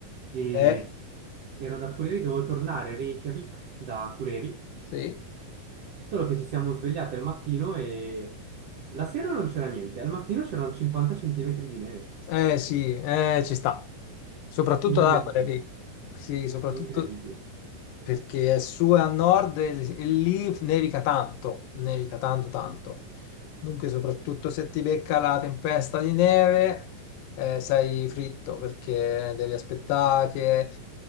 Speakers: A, on the right; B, on the left.
A: e
B: Eh,
A: ero da Cureri, dovevo tornare a Reykjavik da Cureri,
B: sì,
A: solo che ci siamo svegliati al mattino e la sera non c'era niente, al mattino c'erano 50 centimetri di neve.
B: eh, sì, eh, ci sta. Soprattutto
A: Incredibile,
B: da quelle lì. Sì, soprattutto,
A: incredibile.
B: perché è su e a nord e, l- e lì nevica tanto, nevica tanto tanto. Dunque, soprattutto se ti becca la tempesta di neve, eh, sei fritto perché devi aspettare che,